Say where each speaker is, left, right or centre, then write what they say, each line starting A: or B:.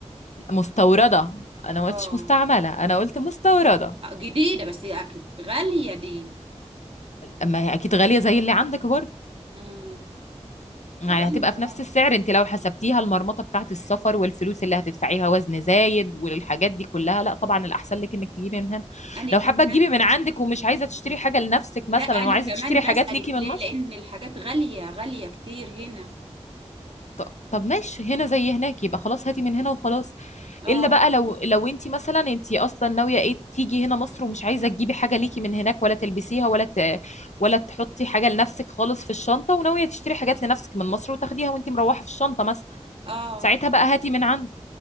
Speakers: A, on the left (about 75°); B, on the right (about 50°).
A: مستورده انا ما قلتش
B: اه
A: مستعمله انا قلت مستورده
B: آه، جديدة بس اكيد غالية دي
A: اما هي اكيد غاليه زي اللي عندك برضه
B: امم
A: يعني
B: غالية
A: هتبقى في
B: اه
A: نفس السعر انت لو حسبتيها المرمطه بتاعت السفر والفلوس اللي هتدفعيها وزن زايد والحاجات دي كلها لا طبعا الاحسن لك انك تجيبي من هنا
B: انا
A: لو
B: كمان
A: حابه تجيبي من عندك ومش عايزه تشتري حاجه لنفسك
B: لا
A: مثلا
B: انا
A: وعايزه
B: كمان
A: تشتري
B: بسألك
A: حاجات ليكي من
B: ليه
A: مصر
B: لان الحاجات غالية غالية كتير هنا
A: ط- طب ماشي هنا زي هناك يبقى خلاص هاتي من هنا وخلاص
B: اه
A: الا بقى لو لو انت مثلا انت اصلا ناويه ايه تيجي هنا مصر ومش عايزه تجيبي حاجه ليكي من هناك ولا تلبسيها ولا ت... ولا تحطي حاجه لنفسك خالص في الشنطه وناويه تشتري حاجات لنفسك من مصر وتاخديها وانت مروحه في الشنطه مثلا
B: اه
A: ساعتها بقى هاتي من عندي